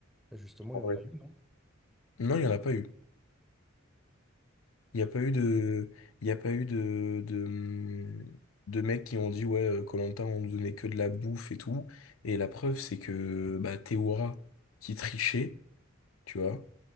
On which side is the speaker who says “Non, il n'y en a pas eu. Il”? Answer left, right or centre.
Left